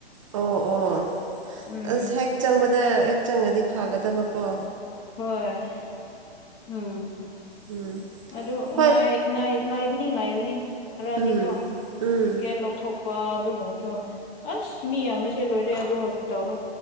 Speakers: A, on the right; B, on the left.
A: ꯑꯣ ꯑꯣ
B: ꯎꯝ
A: ꯑꯁ ꯍꯦꯛ ꯆꯪꯕꯗ ꯍꯦꯛ ꯆꯪꯉꯗꯤ ꯐꯥꯒꯗꯕꯀꯣ
B: ꯍꯣꯏ ꯎꯝ꯫
A: ꯎꯝ꯫
B: ꯑꯗꯨ
A: ꯍꯣꯏ
B: ꯉꯥꯏꯕꯅꯤ ꯉꯥꯏꯕꯅꯤ ꯈꯔꯗꯤꯀꯣ
A: ꯎꯝ ꯎꯝ
B: ꯇꯤꯀꯦꯠ ꯂꯧꯊꯣꯛ ꯋꯥ ꯑꯗꯨꯒꯨꯝꯕꯁꯨ ꯑꯁ ꯃꯤ ꯌꯥꯝꯕꯁꯤ ꯂꯣꯏꯔꯦ ꯑꯗꯣ ꯍꯣꯁꯄꯤꯇꯥꯜꯗꯣ꯫